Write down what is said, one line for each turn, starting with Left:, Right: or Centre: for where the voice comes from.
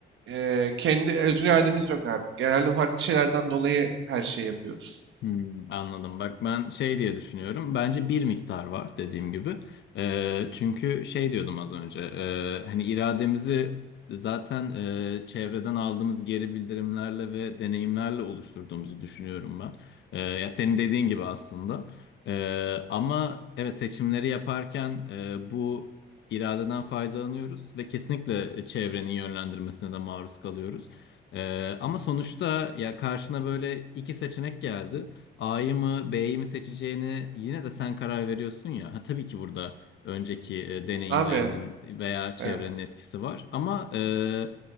Right: eee, kendi özgür irademiz yok abi. Genelde farklı şeylerden dolayı her şeyi yapıyoruz.
Left: Hmm, anladım. Bak ben şey diye düşünüyorum. Bence bir miktar var dediğim gibi. Ee, çünkü şey diyordum az önce. e, hani irademizi zaten e, çevreden aldığımız geri bildirimlerle ve deneyimlerle oluşturduğumuzu düşünüyorum ben. Ee, ya senin dediğin gibi aslında. Ee, ama evet seçimleri yaparken e, bu iradeden faydalanıyoruz ve kesinlikle e, çevrenin yönlendirmesine de maruz kalıyoruz. Ee, ama sonuçta ya karşına böyle iki seçenek geldi. A'yı mı B'yi mi seçeceğini yine de sen karar veriyorsun ya. Ha, tabii ki burada önceki e, deneyimlerinin
Right: Abi
Left: veya çevrenin
Right: evet.
Left: etkisi var. Ama e,